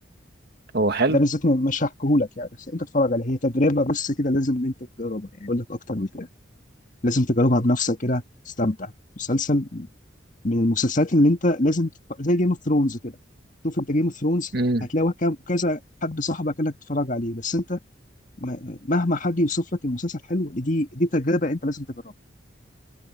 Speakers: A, on the right (about 55°); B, on the left (about 40°).
A: هو حلو
B: ده بالذات مش هحكيهولك يعني بس انت اتفرج عليه هي تجربه بس كده لازم ان انت تجربها يعني اقول لك اكتر من كده لازم تجربها بنفسك كده تستمتع مسلسل من المسلسلات اللي انت لازم تتف... زي جيم اوف ثرونز كده شوف انت جيم اوف ثرونز
A: مم.
B: هتلاقي وكم- كذا حد صاحبك قال لك تتفرج عليه بس انت م- مهما حد يوصف لك المسلسل حلو دي دي تجربه انت لازم تجربها